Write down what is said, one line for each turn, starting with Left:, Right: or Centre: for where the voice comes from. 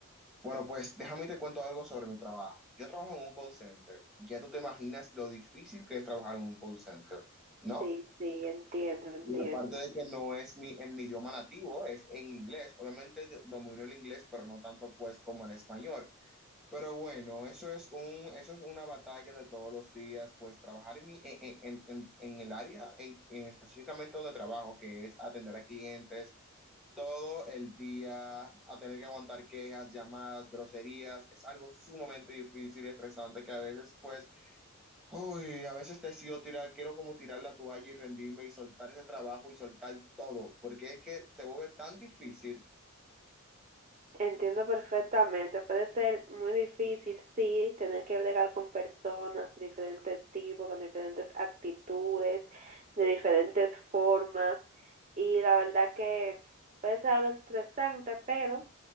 Centre: Bueno, pues déjame te cuento algo sobre mi trabajo. Yo trabajo en un call center. Ya tú te imaginas lo difícil que es trabajar en un call center, ¿no?
Right: Sí, sí, entiendo, entiendo.
Centre: Y aparte de que no es mi, en mi idioma nativo, es en inglés. Obviamente do- domino el inglés, pero no tanto, pues, como el español. Pero bueno, eso es un, eso es una batalla de todos los días, pues trabajar en, mi- en, en- en- en el área, en, en específicamente donde trabajo, que es atender a clientes todo el día, a tener que aguantar quejas, llamadas, groserías, es algo sumamente difícil y estresante que a veces, pues, uy, a veces decido tirar, quiero como tirar la toalla y rendirme y soltar ese trabajo y soltar todo, porque es que se vuelve tan difícil
Right: Entiendo perfectamente. Puede ser muy difícil, sí, tener que bregar con personas de diferentes tipos, con diferentes actitudes, de diferentes formas. Y la verdad que puede ser algo estresante, pero...